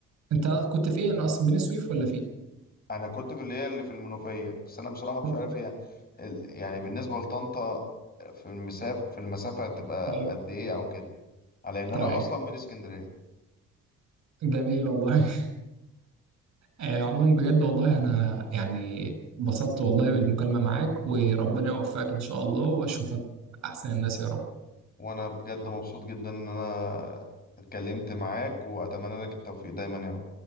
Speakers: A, on the right; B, on the left.
A: انت كنت في ايه انا اصلا بني سويف ولا في إيه؟
B: انا كنت في اللي هي اللي في المنوفيه بس انا بصراحه
A: كو-
B: مش عارف هي ال- يعني بالنسبه لطنطا في المسافه في المسافه هتبقى
A: طيب
B: قد ايه او كده على ان انا
A: تمام
B: اصلا من اسكندريه
A: جميل والله <laughs> آه، عموما بجد والله انا يعني انبسطت والله بالمكالمة معاك وربنا يوفقك ان شاء الله واشوفك احسن الناس يا رب
B: وانا بجد مبسوط جدا ان انا اتكلمت معاك واتمنى لك التوفيق دايما يا رب